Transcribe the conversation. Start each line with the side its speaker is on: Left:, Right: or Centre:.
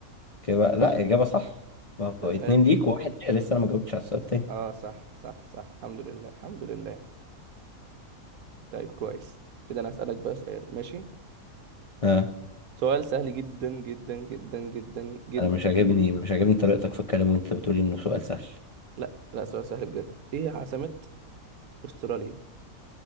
Left: كده بقى لا اجابة صح ما
Right: ده
Left: هو اتنين
Right: حلو
Left: ليك وواحد ليا لسه انا ما جاوبتش على السؤال التاني
Right: اه صح صح صح الحمد لله الحمد لله طيب كويس كده انا هسألك بقى سؤال ماشي
Left: ها
Right: سؤال سهل جدا جدا جدا جدا جدا
Left: انا مش عاجبني مش عاجبني طريقتك في الكلام وانت بتقولي انه سؤال سهل
Right: لا لا سؤال سهل بجد ايه عاصمة استراليا